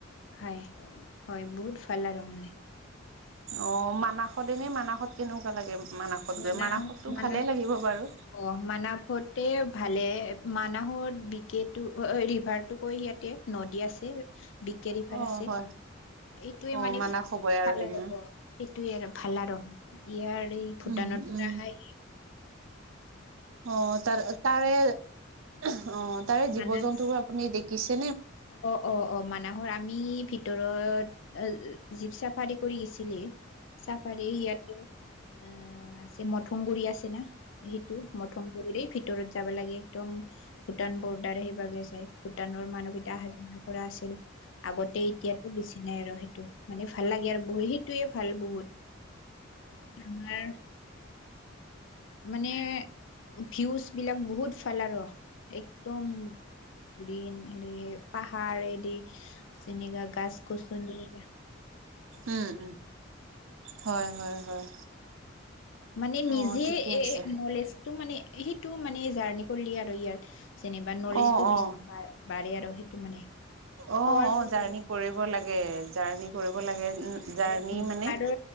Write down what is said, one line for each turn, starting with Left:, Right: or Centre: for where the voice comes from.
Left: হয়- হয় বহুত ভাল লাগে আৰু মানে।
Right: অ মানাসত এনে মানাসত কেনেকুৱা লাগে মানাসত
Left: মানাহ
Right: গৈ মানাসতো
Left: মানাহ
Right: ভালেই লাগিব বাৰু
Left: অ' মানাহতে ভালে মানাহৰ যিটো ৰিভাৰট কৈ ইয়াতে নদী আছে। বেঁকী ৰিভাৰ
Right: অ
Left: আছে
Right: হয়
Left: এইটোৱে
Right: অ
Left: মানে
Right: মানাস হবই আৰু
Left: ভাল
Right: সেইদিনা
Left: অ সেইটোয়ে ভাল আৰু ইয়াৰ ভূটানৰ
Right: উম
Left: পৰা
Right: উম
Left: অহাই
Right: অ তাৰে তাৰে অ তাৰে জীৱ
Left: মানাছ
Right: জন্তু বোৰ আপুনি দেখিছে?
Left: অ অ অ মানাহৰ আমি ভিতৰত জীপ চাফাৰী কৰি গৈছিলি, চাফাৰী ইয়াতে আহ আছে মথংগুৰি আছে না সেইটো মথংগুৰিৰে ভিতৰত। যাব লাগে একদম ভূটান বৰ্ডাৰ আহিবাগে যায় ভূটানৰ মানুহেই এ হাজিৰা কৰা আছিল আগতে এতিয়াতো বেছি নাই আৰু সেইটো। মানে ভাল লাগে আৰু বহুত সেইটোৱে ভাল বহুত। আমাৰ মানে ভিউজ বিলাক বহুত ভাল আৰ একদম গ্ৰীন হেৰি পাহাৰ এ দি। চিনেগা গাছ কচুনেগা
Right: উম উম হয় হয় হয়।
Left: মানে নিজে
Right: অ' ঠিকে
Left: এ
Right: আছে।
Left: নলেজটো মানে সেইটো মানে জাৰ্ণি কৰিলি আৰু ইয়াত যেনিবা নলেজটো
Right: অ', অ'।
Left: বেছি বাঢ়ে আৰ সেইটো মানে।
Right: অ অ
Left: পাৱাৰফুল
Right: জাৰ্ণি
Left: হয় মানে
Right: কৰিব লাগে জাৰ্ণি কৰিব লাগে
Left: আৰু
Right: জাৰ্ণি মানে
Left: আৰু